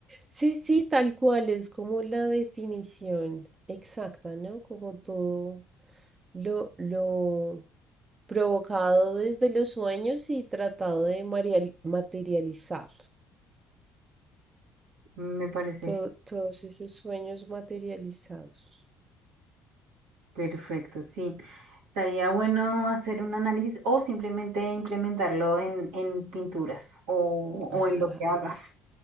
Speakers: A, on the right; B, on the right.
A: Sí, sí, tal cual, es como la definición exacta, ¿no? Como todo lo, lo provocado desde los sueños y tratado de marial- materializar.
B: Me parece
A: to- todos esos sueños materializados.
B: perfecto, sí. Estaría bueno hacer un análisis o simplemente implementarlo en, en pinturas o,
A: <laughs>
B: o en lo que hagas.